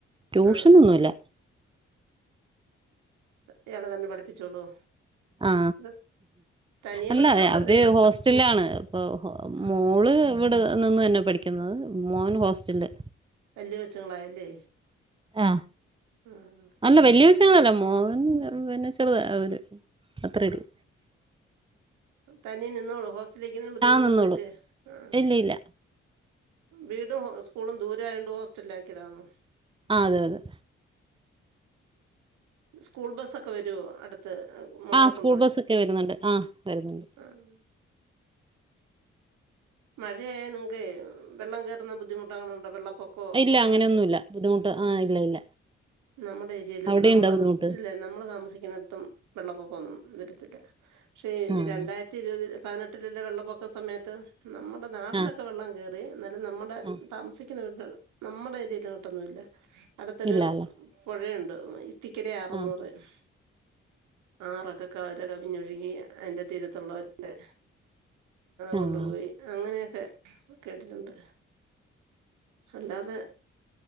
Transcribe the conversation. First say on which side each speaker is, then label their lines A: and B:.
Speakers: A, on the right (about 15°); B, on the right (about 80°).
A: ട്യൂഷനൊന്നുയില്ല
B: ആഹ് ഇയാള് തന്ന പഠിപ്പിച്ചോളോ?
A: ആ
B: ഇത് തനിയെ
A: അല്ല
B: പഠിച്ചോളൂല്ലോ
A: ഏ അവര്
B: ഇത്
A: ഹോസ്റ്റലിലാണ് ഇപ്പോ
B: ആഹ്
A: മോള് ഇവിടെ നിന്ന് തന്നെ പഠിക്കുന്നത് മോൻ ഹോസ്റ്റലില്
B: വല്യ കൊച്ചുങ്ങളായല്ലേ
A: ആ
B: ആഹ്
A: അല്ല വല്യ കൊച്ചുങ്ങളല്ല മോൻ പിന്നെ ചെറുതാ ഒരു അത്രേള്ളൂ
B: തന്നെ നിന്നോളോ ഹോസ് സ്റ്റലിനിക്കുന്നേന് ബുദ്ധിമുട്ടൊന്നുല്ലേ
A: നിന്നോളും
B: ആ
A: ഇല്ല ഇല്ല
B: വീടും സ്കൂളും ദൂ രായണ്ട് ഹോസ്റ്റലിലാക്കിതാണോ
A: ആ അതെ അതെ
B: സ്കൂൾ ബസ്സൊക്കെ വെരുവോ അടു ത്ത് മോളെ
A: ആ സ്കൂൾ
B: കൊണ്ടുവാൻ
A: ബസ്സൊക്കെ വരുന്നുണ്ട് ആ വരുന്നുണ്ട്
B: ആഹ്. മഴയായാൽ നിങ്ങക്കെ വെള്ളം കേറുന്ന ബുദ്ധിമുട്ടാണൊണ്ടോ വെള്ളം പൊക്കോ
A: ഇല്ല
B: അങ്ങനെ
A: അങ്ങനെയൊന്നുല്ല ബുദ്ധിമുട്ട്
B: ആഹ്
A: ആ ഇല്ല ഇല്ല
B: നമ്മടെ ഏരിയേലും
A: അവിടെ
B: നമ്മൾ
A: ഇണ്ടോ
B: താമസി
A: ബുദ്ധിമുട്ട്
B: ഇല്ല നമ്മള് താമസിക്കുന്നിടത്തും വെള്ളപ്പൊക്കൊന്നും വരത്തില്ല പക്ഷേ
A: ആഹ്
B: ഈ രണ്ടായിരത്തി ഇരുപത് പതിനെട്ടിലല്ലേ വെള്ളപ്പൊക്ക സമയത്ത് നമ്മുടെ നാട്ടിലൊക്കെ
A: ആഹ്
B: വെള്ളം കേറി എന്നാലും നമ്മുടെ
A: ആഹ്
B: താമസിക്കുന്ന വീടിന്റ അവിടെ നമ്മുടെ ഏരിയയില കൂട്ടൊന്നുമില്ല അടുത്തൊരു
A: ഇല്ലാല്ലേ
B: പുഴയുണ്ട് ഇത്തിക്കര അറ് എന്ന്
A: ആഹ്
B: പറയും ആറ് ഒക്കെ കര കവിഞ്ഞൊഴുകി അതിൻ്റെ തീരത്തുള്ളവരുരെക്കെ കൊണ്ടുപോയി
A: ആഹ്
B: അങ്ങനെയൊക്കെ കേട്ടിട്ടുണ്ട് അല്ലാതെ